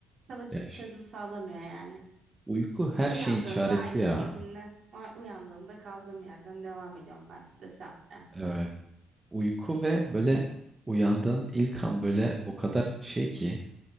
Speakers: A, on the right; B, on the right.
A: Kalıcı
B: ya
A: bir
B: ş-
A: çözüm sağlamıyor yani.
B: uyku her
A: Uyandığımda
B: şeyin çaresi
A: aynı
B: ya.
A: şekilde, a- uyandığımda kaldığım yerden devam ediyorum ben stres yapmaya.
B: Evet. Uyku ve böyle uyandığın ilk an böyle o kadar şey ki